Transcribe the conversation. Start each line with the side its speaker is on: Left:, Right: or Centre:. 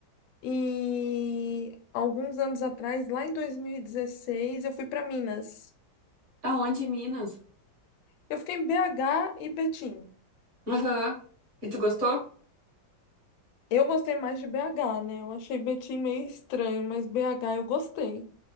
Left: E alguns anos atrás, lá em 2016, eu fui para Minas.
Right: Aonde? Em Minas?
Left: Eu fiquei em BH e Betim.
Right: Aham. E tu gostou?
Left: Eu gostei mais de BH, né? Eu achei Betim meio estranho, mas BH eu gostei.